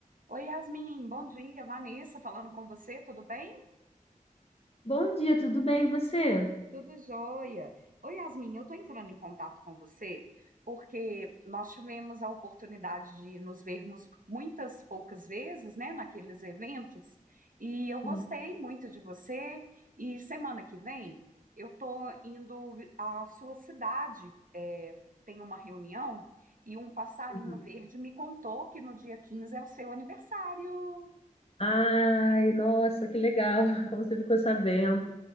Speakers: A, on the right (about 75°); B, on the left (about 45°).
A: Oi, Yasmin, bom dia. Vanessa falando com você, tudo bem?
B: Bom dia, tudo bem? E você?
A: Tudo jóia. Oi, Yasmin, eu estou entrando em contato com você porque nós tivemos a oportunidade de nos vermos muitas poucas vezes, né, naqueles eventos, e eu gostei
B: Hum,
A: muito de você. E semana que vem eu estou indo vi- à sua cidade, é, tem uma reunião, e um passarinho
B: uhum.
A: verde me contou que no dia 15 é o seu aniversário.
B: Ai, nossa, que legal. <laughs> Como você ficou sabendo?